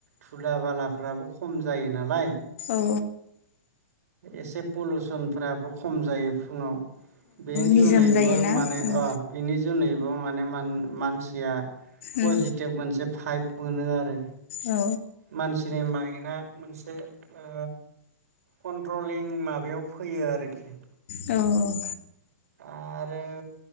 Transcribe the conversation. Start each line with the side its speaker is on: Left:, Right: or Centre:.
Right: धुला बालाफ्राबो खम जायो नालाय
Left: ओ
Right: एसे पलुसनफोराबो खम जायो फुङाव। बेनि जुनैबो
Left: निजोम जायोना
Right: माने
Left: उम
Right: अ बेनि जुनैबो बेव माने मान मानसिया
Left: उम
Right: पजिटिभ मोनसे फाइभ मोनो आरो
Left: औ
Right: मानसिनि माइनआ मोनसे ओ कन्ट्रलिं माबायाव फैयो आरोखि
Left: औ
Right: आरो